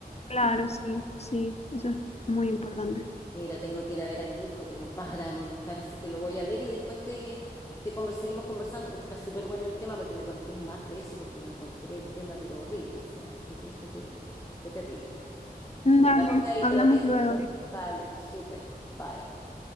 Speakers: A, on the left; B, on the left.
A: claro, sí, sí, eso es muy importante.
B: Mira, tengo que ir a ver a mi hijo que no para de molestar, así que lo voy a ver y después te, te conver- seguimos conversando porque está súper bueno el tema para que me contís más de eso, porque lo encontré el tema, pero horrible. O sea, ¿qué quieres que te diga? Qué terrible.
A: Dale,
B: Nos vemos de ahí,
A: hablamos
B: ¿te parece?
A: luego.
B: Vale, súper. Bye.